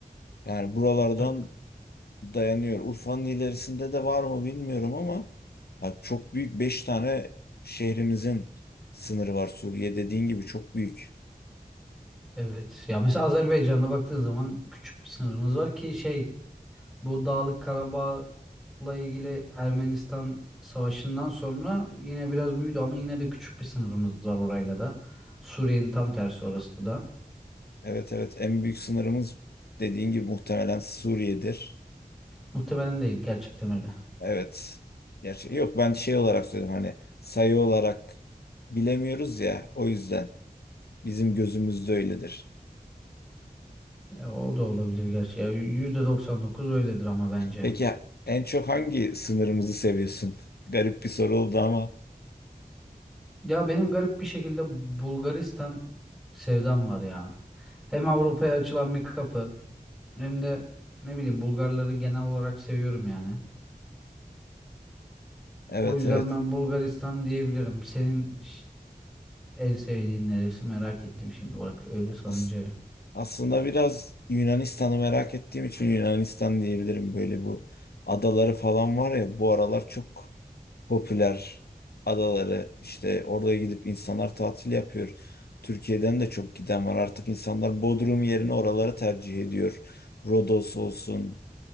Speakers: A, on the left (about 90°); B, in the centre.
A: Yani buralardan
B: E-
A: dayanıyor. Urfa'nın ilerisinde de var mı bilmiyorum ama ya çok büyük 5 tane şehrimizin sınırı var Suriye dediğin gibi çok büyük.
B: Evet. Ya mesela Azerbaycan'da baktığın zaman küçük bir sınırımız var ki şey bu Dağlık Karabağ ilgili Ermenistan savaşından sonra yine biraz büyüdü ama yine de küçük bir sınırımız var orayla da. Suriye'nin tam tersi orası da.
A: Evet evet en büyük sınırımız dediğin gibi muhtemelen Suriye'dir.
B: Muhtemelen değil gerçekten öyle.
A: Evet. Gerçi yok ben şey olarak söyledim hani sayı olarak bilemiyoruz ya o yüzden bizim gözümüzde öyledir.
B: E, o da olabilir gerçi. Ya %99 öyledir ama bence.
A: Peki en çok hangi sınırımızı seviyorsun? Garip bir soru oldu ama
B: Ya benim garip bir şekilde Bulgaristan sevdam var ya. Hem Avrupa'ya açılan bir kapı hem de ne bileyim Bulgarları genel olarak seviyorum yani.
A: evet
B: O yüzden ben Bulgaristan diyebilirim. Senin En sevdiğin neresi merak ettim şimdi bak öyle sorunca.
A: evet. Aslında biraz Yunanistan'ı merak ettiğim için Yunanistan diyebilirim. Böyle bu adaları falan var ya bu aralar çok popüler adaları. İşte oraya gidip insanlar tatil yapıyor. Türkiye'den de çok giden var. Artık insanlar Bodrum yerine oraları tercih ediyor. Rodos olsun